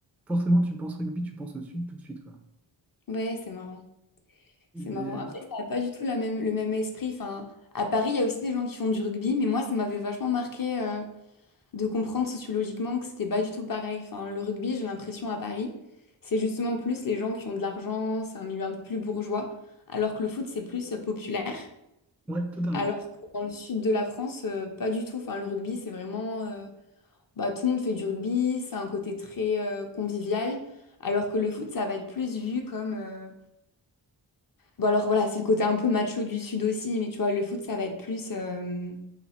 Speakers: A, in the centre; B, on the left.
A: forcément, tu penses rugby, tu penses au sud tout de suite, quoi.
B: Mm. Ouais, c'est marrant. C'est
A: Et,
B: marrant. Après, ça n'a pas du tout la même, le même esprit. Enfin, à Paris, il y a aussi des gens qui font du rugby, mais moi, ça m'avait vachement marqué euh, de comprendre sociologiquement que c'était pas du tout pareil. Enfin, le rugby, j'ai l'impression à Paris, c'est justement plus les gens qui ont de l'argent, c'est un milieu un peu plus bourgeois, alors que le foot, c'est plus euh, populaire.
A: ouais, totalement.
B: Alors que dans le sud de la France, euh, pas du tout. Enfin, le rugby, c'est vraiment. euh, bah, tout le monde fait du rugby, c'est un côté très euh, convivial, alors que le foot, ça va être plus vu comme... euh, Bon, alors voilà, c'est le côté un peu macho du Sud aussi, mais tu vois, le foot, ça va être plus... euh,